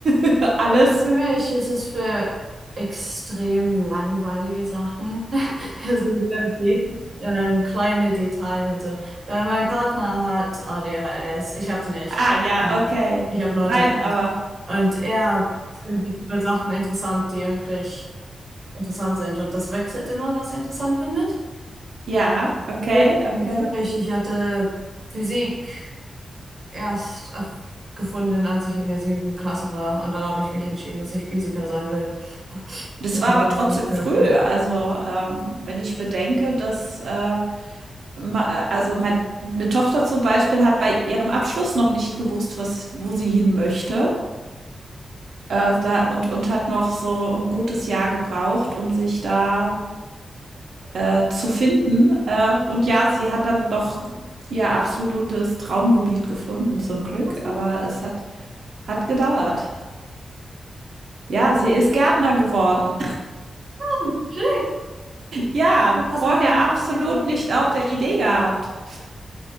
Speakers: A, on the right; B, on the right.
A: <laughs> alles
B: Also für mich ist es für extrem langweilige Sachen, <laughs> also sehr de ähm, kleine Details und so. Weil mein Partner hat ADHS, ich hab's nicht.
A: Ah, ja,
B: Ähm,
A: okay.
B: Ich habe Autismus.
A: Nein, aber
B: Und er findet nur Sachen interessant, die eigentlich interessant sind. Und das wechselt immer, was er interessant findet.
A: ja, okay,
B: Hingegen
A: okay.
B: Für mich, ich hatte Physik erst erf- gefunden, als ich in der siebten Klasse war. Und dann habe ich mich entschieden, dass ich Physiker sein will. <laughs>
A: Das
B: Dann
A: war
B: wollte
A: aber trotzdem
B: ich nicht
A: früh.
B: mehr. Was
A: Also, ähm, wenn ich bedenke, dass, äh, ma- äh, also meine Tochter zum Beispiel hat bei ihrem Abschluss noch nicht gewusst, was, wo sie hin möchte. Äh, da, und, und hat noch so ein gutes Jahr gebraucht, um sich da äh, zu finden. Äh, und ja, sie hat dann doch ihr absolutes Traumgebiet gefunden, zum Glück.
B: machst
A: Aber es hat, hat gedauert. Ja, sie ist Gärtner geworden.
B: Hm, Schick.
A: Ja, vorher
B: Was mit mir
A: absolut
B: machen?
A: nicht auf der Idee gehabt.